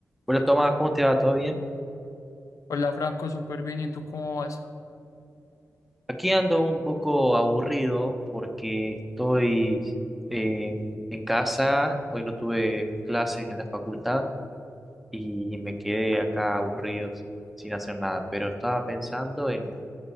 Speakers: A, in the centre; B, on the left.
A: Hola Tomás, ¿cómo te va? ¿Todo bien?
B: Hola Franco, súper bien. ¿Y tú cómo vas?
A: Aquí ando un poco aburrido porque estoy eh, en casa, hoy no tuve clases en la facultad y me quedé acá aburrido sin, sin hacer nada, pero estaba pensando en,